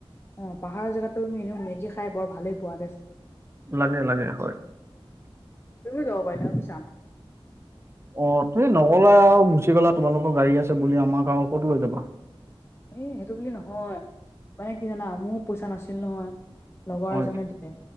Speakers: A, on the left (about 25°); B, on the right (about 25°).
A: অ'! পাহাৰৰ জেগাতো, তুমি এনেও, মেগী খাই বৰ ভালেই পোৱা দেচোন।
B: লাগে-লাগে, হয়।
A: তুমিও যাব পাৰিলা হয়, বুইছা? আমাৰ লগত।
B: অ'! তুমি নক'লা আও। গুচি গ'লা, তোমালোকৰ গাড়ী আছে বুলি। আমাক আও ক'ত লৈ যাবা?
A: এই, সেইটো বুলি নহয়। মানে কি জানা! মোৰো পইচা নাছিল নহয়। লগৰ
B: হয়
A: এজনে দিলে।